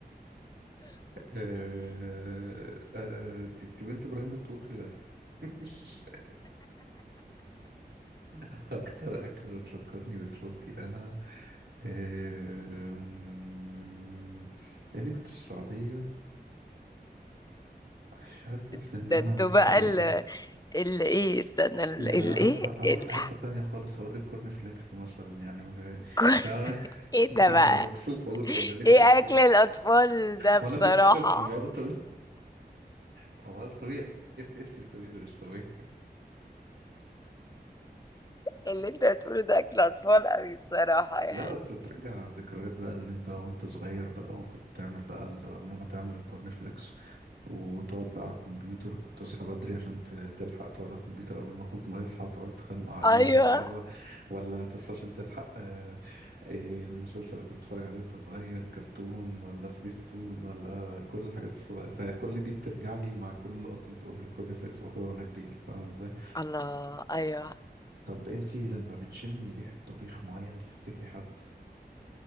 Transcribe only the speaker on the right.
آه، آه، ت- ت- بنت ابراهيم الطوخي <laughs> اكثر اكله بتفكرني بطفولتي انا آه، م- م- م- لاني كنت في السعوديه مش حاسس
ان
انا
ممكن
اقول
يعني
انا حاسس
ه- هروح
في حته تانية خالص هقول لك كورن فليكس مثلا يعني مش-
فاهم
<laughs>
انا مكسوف اقول جملتي
انت
ما انا كنت طفل ما هو ده طبيعي طب ما ده طبيعي <laughs> انت بتقولي لي مش طبيعي
لا بس بترجع ذكريات بقى ان انت وانت صغير بقى وكنت تعمل بقى ال- ماما تعمل الكورن فليكس وتقعد بقى على الكمبيوتر كنت تصحى بدري عشان ت- تلحق تقعد على الكمبيوتر قبل ما اخوك ما يصحى وتقعد تتخانقوا عليه
وهكذا
ولا تصحى عشان تلحق آه، إيه المسلسل اللي كنت بتتفرج عليه وانت صغير كرتون ولا سبيستون ولا كل الحاجات الصغيرة فكل دي بترجع لي مع كل لقطة كورن كورن فليكس باكلها وانا كبير فاهمة ازاي؟
طب انتي لما بتشمي ريحة طبيخ معين بتفتكري حد؟